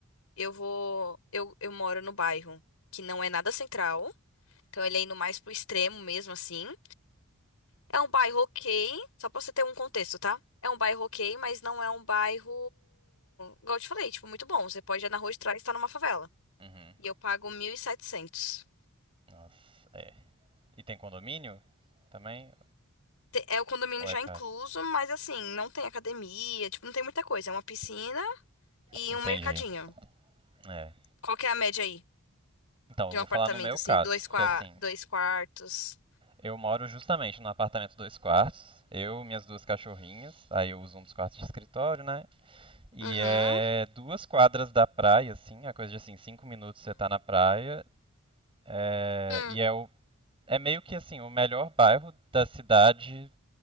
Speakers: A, on the left; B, on the right.
A: Eu vou. Eu, eu moro no bairro que não é nada central. Então ele é indo mais pro extremo mesmo, assim. É um bairro ok, só pra você ter um contexto, tá? É um bairro ok, mas não é um bairro, igual eu te falei, tipo, muito bom. Você pode ir na rua de trás e estar numa favela.
B: Uhum.
A: E eu pago 1.700.
B: Nossa, é. E tem condomínio também?
A: Te- É o condomínio
B: Ou
A: já
B: é casa?
A: é incluso, mas assim, não tem academia, tipo, não tem muita coisa. É uma piscina e
B: Entendi.
A: um mercadinho.
B: É.
A: Qual que é a média aí
B: Então,
A: de
B: eu vou
A: um apartamento,
B: falar no meu
A: assim,
B: caso,
A: dois,
B: porque
A: qua
B: assim,
A: dois quartos?
B: eu moro justamente num apartamento dois quartos, eu, minhas duas cachorrinhas, aí eu uso um dos quartos de escritório, né? E
A: Uhum.
B: é duas quadras da praia, assim, é coisa de assim, cinco minutos você tá na praia, É,
A: Hum.
B: e é, o, é meio que assim, o melhor bairro da cidade,